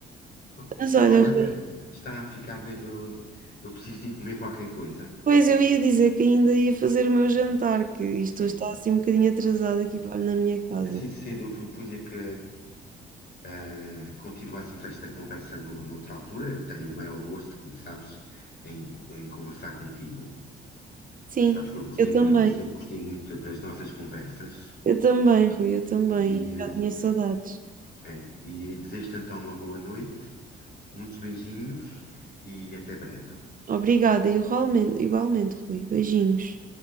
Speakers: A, on the left (about 55°); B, on the right (about 45°).
A: Pronto.
B: Mas olha,
A: Olha, Ana
B: Rui,
A: Rita, está a ficar. né, Eu, eu preciso de ir comer qualquer coisa.
B: pois eu ia dizer que ainda ia fazer o meu jantar, que isto
A: É,
B: hoje está assim um bocadinho atrasado aqui
A: Sim.
B: para- na minha casa.
A: Assim sendo, eu propunha que ah, continuássemos esta conversa no, noutra altura. Eu tenho o maior gosto, como sabes, em, co- em conversar contigo.
B: Sim,
A: Sabes que eu gostei,
B: eu também.
A: mu- eu sempre gostei muito das nossas conversas.
B: Eu também, Rui, eu também.
A: E, ah,
B: Já tinha saudades.
A: é, e desejo-te então uma boa noite, muitos beijinhos e até breve.
B: Obrigada, igualmente, igualmente, Rui. Beijinhos.